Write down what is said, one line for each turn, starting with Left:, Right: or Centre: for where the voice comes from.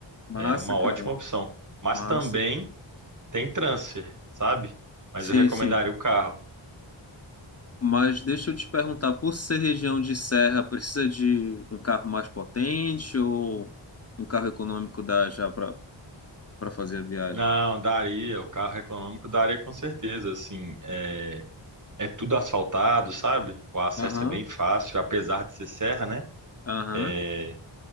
Left: massa,
Right: É uma
Left: cara.
Right: ótima opção. Mas
Left: Massa.
Right: também Tem transfer, sabe? Mas
Left: Sim,
Right: eu recomendaria
Left: sim.
Right: o carro.
Left: Mas deixa eu te perguntar, por ser região de serra, precisa de um carro mais potente ou um carro econômico dá já para para fazer a viagem?
Right: Não, daria. O carro econômico daria com certeza. Assim, é, é tudo asfaltado, sabe? O acesso
Left: Aham.
Right: é bem fácil, apesar de ser serra, né?
Left: Aham,
Right: É,